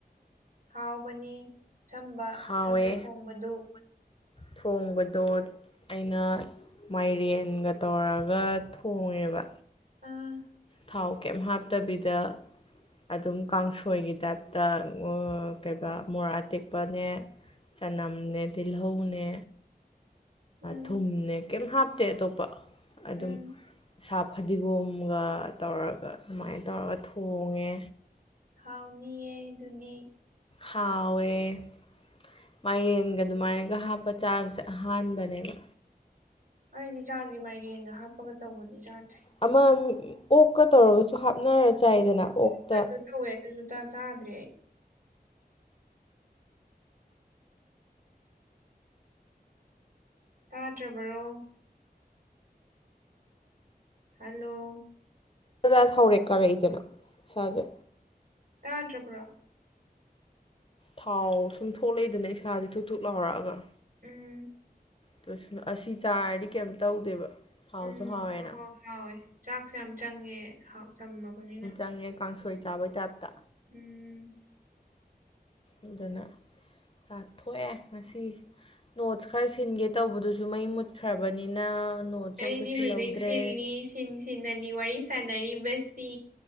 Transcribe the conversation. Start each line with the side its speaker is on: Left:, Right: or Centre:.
Right: ꯍꯥꯎꯕꯅꯤ ꯑꯆꯝꯕ
Left: ꯍꯥꯎꯋꯦ
Right: ꯆꯝꯅ ꯊꯣꯡꯕꯗꯨ
Left: ꯊꯣꯡꯕꯗꯣ ꯑꯩꯅ ꯃꯥꯏꯔꯦꯟꯒ ꯇꯧꯔꯒ ꯊꯣꯡꯉꯦꯕ
Right: ꯑꯥ
Left: ꯊꯥꯎ ꯀꯩꯝ ꯍꯥꯞꯇꯕꯤꯗ ꯑꯗꯨꯝ ꯀꯥꯡꯁꯣꯏꯒꯤ ꯇꯥꯏꯞꯇ ꯀꯩꯕ ꯃꯣꯔꯥ ꯑꯇꯦꯛꯄꯅꯦ ꯆꯅꯝꯅꯦ ꯇꯤꯜꯍꯧꯅꯦ
Right: ꯎꯝ
Left: ꯊꯨꯝꯅꯦ ꯀꯩꯝ ꯍꯥꯞꯇꯦ ꯑꯇꯣꯞꯄ ꯑꯗꯨꯝ
Right: ꯎꯝ
Left: ꯁꯥ ꯐꯗꯤꯒꯣꯝꯒ ꯇꯧꯔꯒ ꯑꯗꯨꯃꯥꯏꯅ ꯇꯧꯔꯒ ꯊꯣꯡꯉꯦ
Right: ꯍꯥꯎꯅꯤꯌꯦ ꯑꯗꯨꯗꯤ
Left: ꯍꯥꯎꯋꯦ ꯃꯥꯏꯔꯦꯟꯒ ꯑꯗꯨꯃꯥꯏꯅꯒ ꯍꯥꯞꯄ ꯆꯥꯕꯁꯦ ꯑꯍꯥꯟꯕꯅꯦꯕ
Right: ꯑꯩꯗꯤ ꯆꯥꯗ꯭ꯔꯤ ꯃꯥꯏꯔꯦꯟꯒ ꯍꯥꯞꯄꯒ ꯇꯧꯕꯗꯤ ꯆꯥꯗ꯭ꯔꯤ
Left: ꯑꯃ ꯑꯣꯛꯀ ꯇꯧꯔꯒꯁꯨ ꯍꯥꯞꯅꯔ ꯆꯥꯏꯗꯅ ꯑꯣꯛꯇ
Right: ꯑꯣꯛꯀꯁꯨ ꯇꯧꯋꯦ ꯑꯗꯨꯁꯨꯡꯆꯥ ꯆꯥꯗ꯭ꯔꯤ ꯑꯩ ꯇꯥꯗ꯭ꯔꯕꯔꯣ ꯍꯜꯂꯣ
Left: ꯁꯖꯠ ꯍꯧꯔꯦ ꯀꯔꯤꯗꯅꯣ ꯏꯁꯥꯖꯦ
Right: ꯇꯥꯗ꯭ꯔꯕ꯭ꯔꯣ
Left: ꯊꯥꯎ ꯁꯨꯝ ꯊꯣꯛꯂꯛꯏꯗꯅ ꯏꯁꯥꯥꯁꯦ ꯊꯨꯛ ꯊꯨꯛ ꯂꯥꯎꯔꯛꯑꯒ
Right: ꯎꯝ
Left: <unintelligible> ꯑꯁꯤ ꯆꯥꯔꯗꯤ ꯀꯩꯝ ꯇꯧꯗꯦꯕ ꯍꯥꯎꯁꯨ
Right: ꯎꯝ
Left: ꯍꯥꯎꯋꯦꯅ
Right: ꯍꯣꯏ ꯍꯣꯏ ꯍꯥꯎꯋꯦ ꯆꯥꯛꯁꯨꯦ ꯌꯥꯝ ꯆꯪꯉꯦ ꯍꯥꯎ ꯆꯝꯃꯕꯅꯤꯅ
Left: ꯈꯥꯃꯦꯟ ꯀꯥꯡ ꯁꯣꯏ ꯊꯣꯏ ꯆꯥꯕꯩ ꯇꯥꯏꯞꯇ
Right: ꯎꯝ
Left: ꯑꯗꯨꯅ ꯆꯥꯊꯣꯛꯑꯦ ꯉꯁꯤ ꯅꯣꯠꯁ ꯈꯔ ꯁꯤꯟꯒꯦ ꯇꯧꯕꯗꯨꯁꯨ ꯃꯩ ꯃꯨꯠꯈ꯭ꯔꯕꯅꯤꯅ ꯅꯣꯠꯁꯨ
Right: ꯑꯩꯗꯤ
Left: ꯑꯝꯇ ꯁꯤꯜꯍꯧꯗ꯭ꯔꯦ
Right: ꯍꯧꯖꯤꯛ ꯁꯤꯜꯂꯤ ꯁꯤꯟ ꯁꯤꯟꯅꯅꯤ ꯋꯥꯔꯤ ꯁꯥꯟꯅꯔꯤꯕꯁꯤ